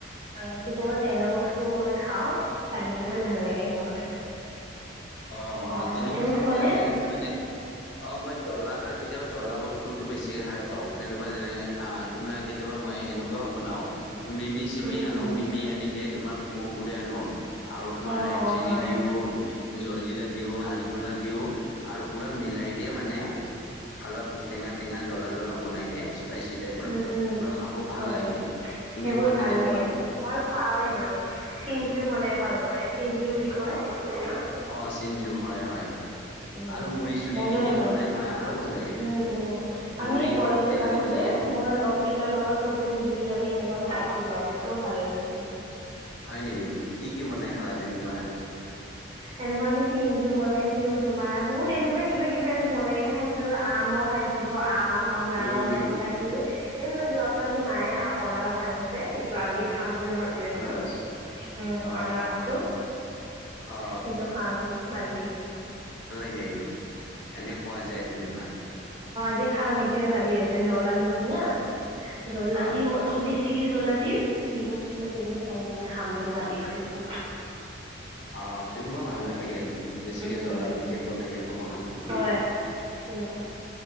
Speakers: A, on the right; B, on the left.
A: আ কেতিয়াবা টেঙা বস্তুও মই খাও <unintelligible> কিনা ভাল লাগে তোমাৰ।
B: অ'-অ'
A: অ
B: তেনেকুৱা
A: তুমি
B: খাব
A: খোৱানে
B: লাগে মানে, অ' মই জ্বলা কেতিয়াবা জ্বলা বস্তুটো বেছিকে খাই পাও। কেনেকুৱা যেনে অ' তোমাৰ কেতিয়াবা মই এনেকুৱাও বনাও মিমি-চিমি
A: উম
B: আনো
A: উম
B: মিমি আনিকে তোমাৰ কুৰকুৰে আনো। আৰু তোমাৰ
A: অ
B: ৰেড
A: অ
B: চিলি
A: হয়
B: দিও। জলজিৰা দিওঁ হাজমুলা দিওঁ আৰু পুৰা মিলাইকে মানে অলপ টেঙা- টেঙা জ্বলা- জ্বলা বনাইকে স্পাইচি টাইপ আৰু
A: উম উম
B: পুৰা খাব ভাল
A: হয়
B: লাগে। তুমি
A: সেইবোৰ
B: খোৱানে
A: ভাল
B: তেনেকুৱা
A: লাগে মইও খাওৱে সেইবোৰ। চিঞ্জু বনাই খাওঁ তুমাৰ চিঞ্জু বুলি কয় সেইটো তোমাক।
B: অঁ চিঞজু হয় হয়
A: উম
B: আৰু মুড়ি চুৰি
A: মজা
B: দিকেও
A: লাগে
B: বনাই নহয় আৰু ভাল লাগে
A: উম উম
B: মুড়ি
A: আমি কলেজত
B: অলপ তেল
A: আগতে
B: দিব লাগে
A: মোৰ লগকেইটাৰ লগত চবে মিলি কিনে আমি সেনেকুৱা খাই আছিলো, আগতে বৰ ভাল লাগিছিল।
B: হয় নেকি কি-কি বনাই খালা তেনেকুৱা আৰু।
A: তেনেকুৱা আমি চিঞ্জু বনাইছিলো, তোমাৰ বহুত এনেকুৱা কিবা কিবি আমি বনাই কিনে খাইছিলো আৰু আম খাইছিলো আম অনাৰস
B: উম
A: সেইবোৰ খাইছিলো এইটো যোৱাকালি মায়ে অনাৰস আনিছে সেইটো আজি খাম। বুলি ভাবি আছো,
B: আনাৰস
A: উম
B: অ
A: আনাৰসটো।
B: অ
A: সেইটো খাম বাজি-
B: <unintelligible> বোৰ এনে খোৱা যায় তেনেকুৱা।
A: <unintelligible> খাম সেইটোয়ে ভাবি আছে জ্লা দি কিনা জ্লা
B: হা
A: দিম অলপ বেছি জলা দি দিম নিমখ চিমখ দি কিনে চানি কিনে খাম বুলি ভাবি আছো এইটো।
B: অ' তেনেকুৱা ভাল লাগে। বেছিকৈ
A: উম,
B: জ্বলা দিকে বনায়ইকে খাবৰ কাৰণে।
A: হয় তোমাৰ